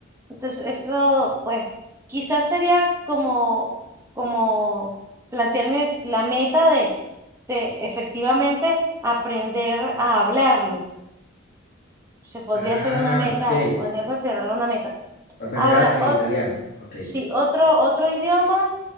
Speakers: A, on the right (about 15°); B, on the left (about 50°).
A: Entonces, eso, pues, quizás sería como, como plantearme la meta de, de efectivamente aprender a hablarlo. Se podría
B: Ah,
A: ser una meta,
B: ok.
A: podría considerarlo una meta.
B: Aprender
A: Ahora,
B: a- el
A: ot-
B: italiano. Ok.
A: sí, otro, otro idioma,